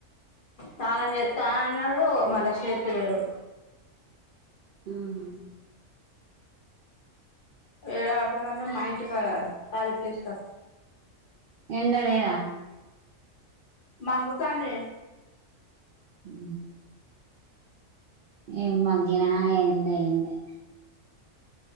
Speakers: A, on the left; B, on the right.
A: తానం చెత్త అన్నాడు మళ్ళా చేత్తలేడు
B: ఉమ్
A: ఏడ ఆడతాలంటే మా ఇంటి కాడ ఖాళీ ప్లేస్లా
B: ఎండ లేద
A: మగ్గుతాంది
B: ఊ ఏం మగ్గిన ఎండ ఎండే